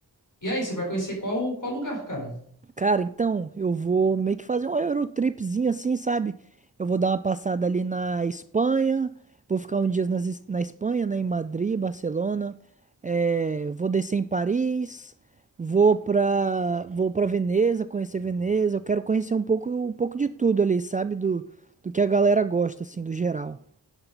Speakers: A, on the left; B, on the right.
A: E aí, você vai conhecer qual, qual lugar, cara?
B: Cara, então, eu vou meio que fazer um Eurotripzinho assim, sabe? Eu vou dar uma passada ali na Espanha, vou ficar um dia nas- na Espanha, né? Em Madrid, Barcelona. É, vou descer em Paris, vou pra, vou pra Veneza, conhecer Veneza. Eu quero conhecer um pouco, um pouco de tudo ali, sabe? Do, do que a galera gosta, assim, do geral.